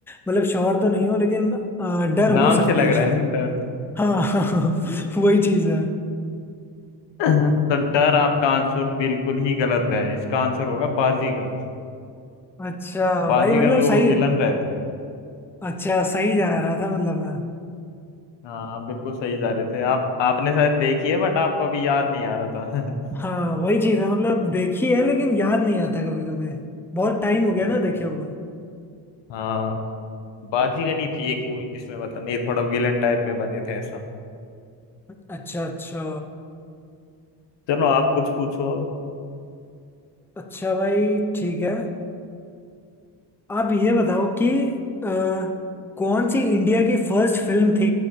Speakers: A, in the centre; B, on the left.
A: मतलब श्योर तो नहीं हो लेकिन अ, डर
B: नाम
A: हो सकती
B: से लग
A: है
B: रहा
A: शायद
B: है डर
A: हाँ <laughs> हाँ, वही चीज है
B: <clears throat> <laughs> तो डर आपका आंसर बिल्कुल ही गलत है इसका आंसर होगा बाजीगर
A: अच्छा
B: बाजीगर
A: भाई मतलब
B: में वो
A: सही
B: विलन रहते हैं
A: अच्छा सही जा रहा था मतलब मैं
B: हाँ आप बिल्कुल सही जा रहे थे आप आपने शायद देखी है बट आपको अभी याद नहीं आ रहा था <laughs>
A: हाँ वही चीज है मतलब देखी है लेकिन याद नहीं आता कभी कभी बहुत टाइम हो गया
B: हम्म।
A: ना देखे हुए
B: हाँ बाजीगर ही थी एक मूवी जिसमें मतलब ये थोड़ा विलन टाइप में बने थे ऐसा
A: अच्छा अच्छा
B: चलो आप कुछ पूछो
A: अच्छा भाई ठीक है आप ये बताओ कि अ, कौन सी इंडिया की फर्स्ट फिल्म थी